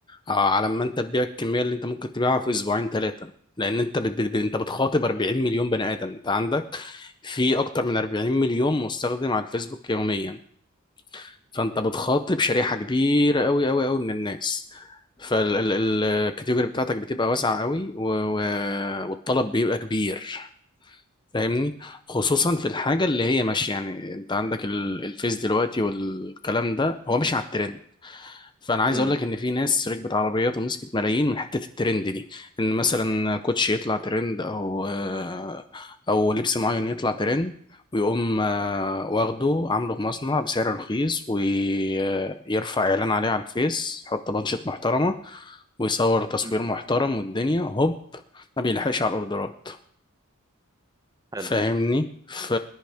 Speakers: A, on the left; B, on the right.
A: آه على ما انت تبيع الكميه اللي انت ممكن تبيعها في اسبوعين ثلاثه لان انت بت بت انت بتخاطب 40 مليون بني ادم انت عندك في اكتر من 40 مليون مستخدم على الفيسبوك يوميا فانت بتخاطب شريحه كبيره قوي قوي قوي من الناس فالكاتيجوري بتاعتك بتبقى واسعه قوي و... و... والطلب بيبقى كبير فاهمني خصوصا في الحاجه اللي هي ماشيه يعني انت عندك ال- الفيس دلوقتي والكلام ده هو ماشي على الترند فانا عايز
B: مم.
A: اقول لك ان في ناس ركبت عربيات ومسكت ملايين من حته الترند دي ان مثلا كوتش يطلع ترند او آه، او لبس معين يطلع ترند ويقوم آه، واخده عامله في مصنع بسعر رخيص ويرفع اعلان عليه على الفيس يحط بانشات محترمه ويصور تصوير
B: مم.
A: محترم والدنيا هوب ما بيلحقش على الاوردرات
B: حلو
A: فاهمني ف...